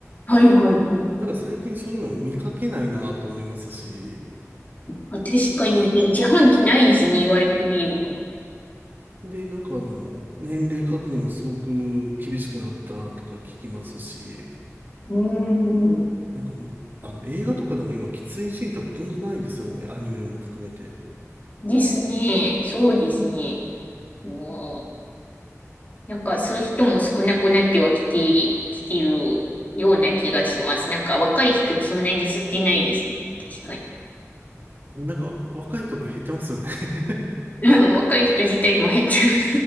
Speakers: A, on the left; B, on the right.
A: はいはいはい。
B: なんか最近そういうのを見かけないなと思いますし、
A: あ確かに、じゃ自販機ないですね、言われてみれば。
B: で、なんかあの、年齢確認もすごく厳しくなったとか聞きますし、
A: うん。
B: なんか、あの、映画とかでも今、喫煙シーンってほとんどないですよね。アニメも含めて。
A: ですね。そうですね。うん。なんかそういう人も少なくなってはきて、きてるような気がします。なんか若い人そんなに吸ってないですね。確かに。
B: なんか、若い人も減ってますよね。<laughs>
A: <laughs> うん若い人自体も減ってる